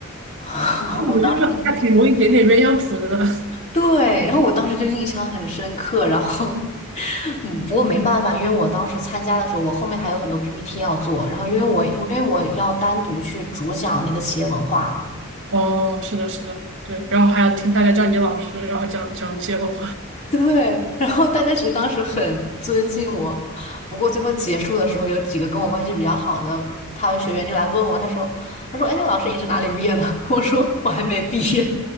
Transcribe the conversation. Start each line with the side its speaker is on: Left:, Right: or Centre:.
Left: <laughs>
Right: 那你们这个还挺容易点点鸳鸯谱的呢。
Left: 我当时
Right: <laughs>
Left: 对，然后我当时就印象很深刻，然后 <laughs> 嗯，不过没办法，因为我当时参加的时候，我后面还有很多 PPT 要做，然后因为我因为我要单独去主讲那个企业文化，
Right: 哦，是的，是的，对，然后还要听他家叫你老师，然后讲讲接龙。
Left: <laughs> 对，然后大家其实当时很尊敬我，不过最后结束的时候，有几个跟我关系比较好的他们学员就来问我，他说他说哎，老师你是哪里毕业的？<laughs> 我说我还没毕业，